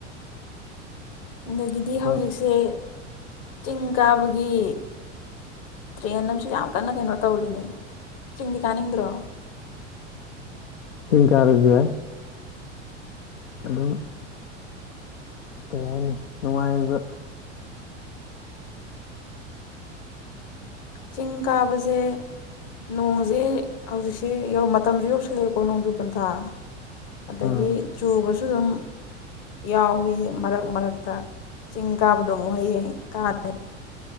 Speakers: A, on the left; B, on the left.
A: ꯑꯗꯒꯤꯗꯤ
B: ꯑꯗꯨꯝ
A: ꯍꯧꯖꯤꯛꯁꯦ ꯆꯤꯡ ꯀꯥꯕꯒꯤ ꯇ꯭ꯔꯦꯟ ꯑꯃꯁꯨ ꯌꯥꯝ ꯀꯟꯅ ꯀꯩꯅꯣ ꯇꯧꯔꯤꯅꯦ ꯆꯤꯡꯗꯤ ꯀꯥꯅꯤꯡꯗ꯭ꯔꯣ
B: ꯆꯤꯡ ꯀꯥꯔꯖꯨ ꯌꯥꯏ ꯑꯗꯨꯝ ꯀꯩ ꯍꯥꯏꯅꯤ ꯅꯨꯡꯉꯥꯏꯕ
A: ꯆꯤꯡ ꯀꯥꯕꯁꯦ ꯅꯣꯡꯁꯦ ꯍꯧꯖꯤꯛꯁꯦ ꯌꯧꯃꯇꯝꯁꯨ ꯌꯧꯁꯤꯜꯂꯛꯑꯦꯀꯣ ꯅꯣꯡꯖꯨꯄꯟꯊꯥ ꯑꯗꯒꯤ
B: ꯎꯝ
A: ꯆꯨꯕꯁꯨ ꯑꯗꯨꯝ ꯌꯥꯎꯋꯤ ꯃꯔꯛ ꯃꯔꯛꯇ ꯆꯤꯡ ꯀꯥꯕꯗꯣ ꯑꯃꯨꯛ ꯍꯌꯦꯡ ꯀꯥꯅꯩ